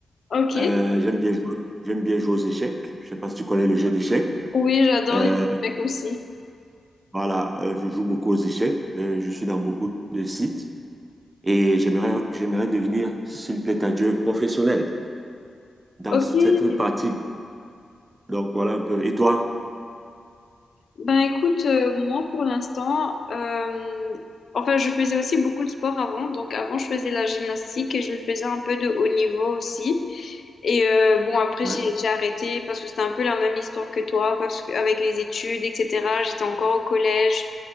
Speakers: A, on the left; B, on the right.
A: Ok.
B: Euh, j'aime bien jouer, j'aime bien jouer aux échecs. Je sais pas si tu connais le jeu d'échecs.
A: Oui, j'adore
B: Euh,
A: les mecs aussi.
B: voilà, euh, je joue beaucoup aux échecs. Euh, je suis dans beaucoup de sites et j'aimerais, j'aimerais devenir, s'il plaît à Dieu, professionnel dans
A: Ok.
B: cette pratique. Donc, voilà un peu. Et toi?
A: Ben écoute, euh, moi pour l'instant, euh, enfin je faisais aussi beaucoup de sport avant. Donc avant je faisais la gymnastique et je le faisais un peu de haut niveau aussi. Et euh, bon après
B: Ouais,
A: j'ai j'ai arrêté parce que c'était un peu la même histoire que toi, parce que avec les études, etc. J'étais encore au collège,